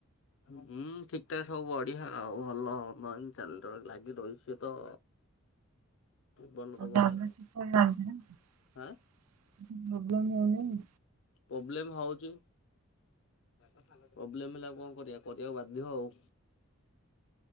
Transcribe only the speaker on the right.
<inaudible>
କିଛି ପ୍ରୋବଲେମ
ହଉନି।